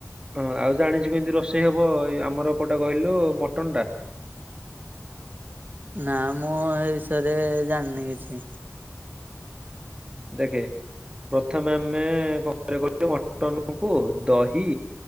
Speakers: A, on the right; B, on the right.
A: ହଁ ଆଉ ଜାଣିଛୁ କେମିତି ରୋଷେଇ ହବ ଏ ଆମର କୋଉଟା କହିଲୁ ମଟନ୍ ଟା?
B: ନାଁ ମୁଁ ଏ ବିଷୟରେ ଜାଣିନି କିଛି।
A: ଦେଖେ ପ୍ରଥମେ ଆମେ କଣ କରିଆ କହିଲୁ ମଟନ୍ କୁ ଦହି